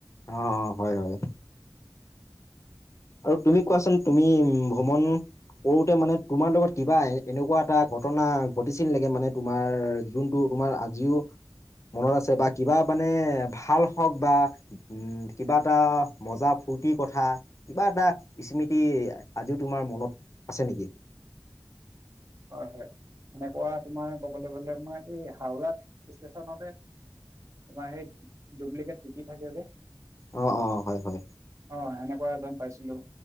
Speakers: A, on the left; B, on the right.
A: অঁ অঁ হয় হয়। আৰু তুমি কোৱাচোন তুমি ভ্ৰমণ সৰুতে মানে তোমাৰ লগত কিবা এ এনেকুৱা এটা ঘটনা ঘটিছিল নেকি মানে তোমাৰ যোনটো তোমাৰ আজিও মনত আছে বা কিবা মানে ভাল হওঁক বা উম কিবা এটা মজা ফূৰ্তিৰ কথা কিবা এটা স্মৃতি আজিও তোমাৰ মনত আছে নেকি?
B: হয় হয় সেনেকুৱা তোমাৰ কবলৈ গলে তোমাৰ এই হাওৰা ষ্টেচনতে তোমাৰ সেই ডুপ্লিকেট টি টি থাকে যে
A: অঁ অঁ হয় হয়।
B: অঁ এনেকুৱা এজন পাইছিলো